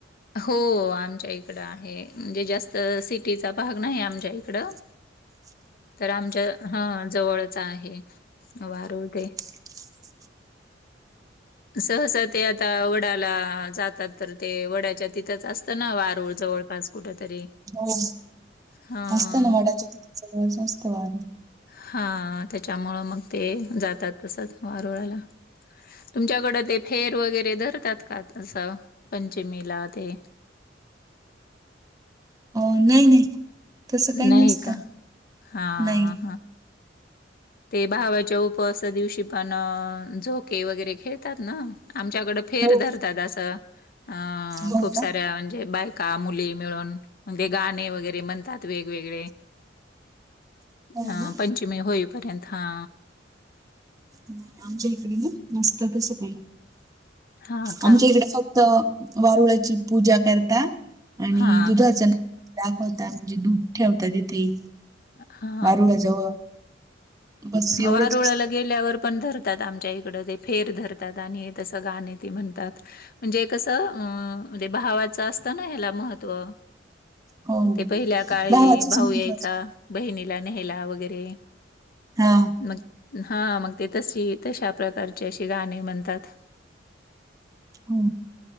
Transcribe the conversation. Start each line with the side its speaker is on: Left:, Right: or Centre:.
Left: हो आमच्या इकडं आहे म्हणजे जास्त सिटीचा भाग नाही आमच्या इकडं.
Right: <unintelligible>
Left: तर आमच्या हा जवळचा आहे वारूळ ते
Right: <unintelligible>
Left: सहसा ते आता वड्याला जातात तर ते वड्याच्या तिथंच असतं ना वारूळ जवळपास कुठ तरी
Right: हो
Left: हं.
Right: असत ना मडा असतं वारं.
Left: हा त्याच्यामुळं मग ते जातात तसंच वारळाला तुमच्याकडं ते फेर वगैरे धरतात का तसं पंचमीला ते
Right: अ, नाही नाही तसं काही
Left: नाही
Right: नसत
Left: का? हां,
Right: नाही.
Left: हां. ते भावाच्या उपवासा दिवशी पण झोके वगैरे खेळतात ना. आमच्याकडं फेर
Right: हो
Left: धरतात असं. अ
Right: हो
Left: खूप
Right: का
Left: साऱ्या म्हणजे बायका मुली मिळून म्हणजे गाणे वगैरे म्हणतात वेगवेगळे
Right: <unintelligible> हो
Left: अं
Right: ना
Left: पंचमी होईपर्यंत हा.
Right: नाही आमच्या इकडे ना नसत तसं काही
Left: हां का?
Right: आमच्या इकडे फक्त वारुळाची पूजा करता आणि
Left: हां,
Right: दुधाच
Left: हां.
Right: दाखवता म्हणजे दूध ठेवता तिथे
Left: हा
Right: वारुळाजवळ बस एवढेच
Left: वारुळाला
Right: असतं
Left: गेल्यावर पण धरतात आमच्या इकड ते फेर धरतात आणि तसं गाण ते म्हणतात. म्हणजे कसं अं म्हणजे भावाचं असतं ना ह्याला महत्त्व
Right: हो
Left: ते पहिल्या काळी
Right: भावाचंच
Left: भाऊ
Right: महत्व
Left: यायचा
Right: असतं
Left: बहिणीला न्यायला वगैरे
Right: हा
Left: मग हां मग ते तशी तशा प्रकारचे अशी गाणी म्हणतात.
Right: हो